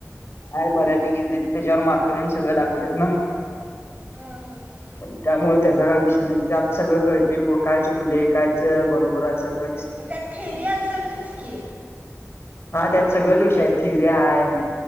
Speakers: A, on the left; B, on the right.
A: आहे बऱ्यापैकी त्याच्यावर मार्कट ये सगळ दाखवतात ना. <unintelligible>
B: हा हा हा
A: त्यामुळे त्याचा का विषय नाही ते सगळं कळते काय चुकले कायच बरोबर आहे सगळं.
B: मग त्यात थेरी असेलच की
A: हा त्यात सगळच विषय हायत. थियरी हाय, <unintelligible>